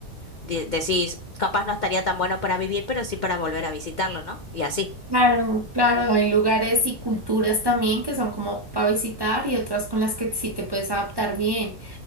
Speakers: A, on the left; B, on the right.
A: de- decís, capaz no estaría tan bueno para vivir, pero sí para volver a visitarlo, ¿no? Y así.
B: Claro, claro, hay lugares y culturas también que son como para visitar y otras con las que sí te puedes adaptar bien.